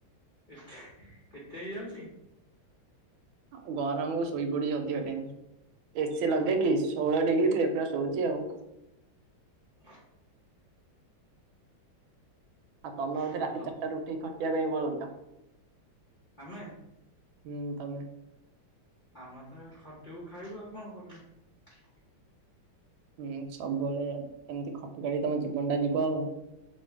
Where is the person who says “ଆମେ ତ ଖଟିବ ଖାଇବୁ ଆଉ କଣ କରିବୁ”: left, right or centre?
Left